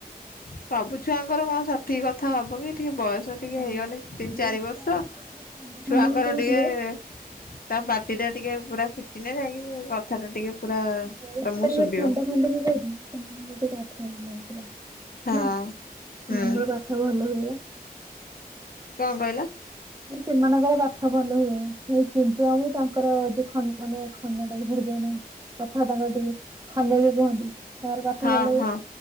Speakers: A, on the left (about 65°); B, on the right (about 20°).
A: ସବୁ ଛୁଆଙ୍କର କଣ ସଠିକ୍ କଥା ହବ କି, ଟିକେ ବୟସ ସ ଟିକେ
B: ହଁ
A: ହେଇଗନେ ତିନି
B: ଯୋଉ
A: ଚାରି
B: ଛୁଆ
A: ବର୍ଷ।
B: ଦେଖିବ ଟିକେ ଖଣ୍ଡ
A: ଛୁଆଙ୍କର
B: ଖଣ୍ଡିକି କହୁଥିବେ
A: ଟିକେ ତା ପାଟି ଟା ଟିକେ ପୁରା ଫିଟିନେ ଯାଇକି କଥା ଟା ଟିକେ ପୁରା ତୋମକୁ
B: ଯୋଉ ଛୁଆ
A: ଶୁବିବ।
B: <inaudible> ନା ସେମାନଙ୍କର
A: ହଁ ହୁଁ
B: <unintelligible>
A: କଣ କହିଲ?
B: <unintelligible> ସେମାନଙ୍କର ପାଠ ଭଲ ହୁଏ, ସେ <unintelligible> ହୁଏ ତାଙ୍କର ଯୋଉ ଖନ୍ ମାନେ ଖନା ଟାଇପ୍ <unintelligible> ଯାଏନା। କଥା ତାଙ୍କର ଟିକେ ଖନେଇକି କୁହନ୍ତି। ତାଙ୍କର ପାଠ
A: ହଁ
B: ଭଲ
A: ହଁ
B: ହୁଏ,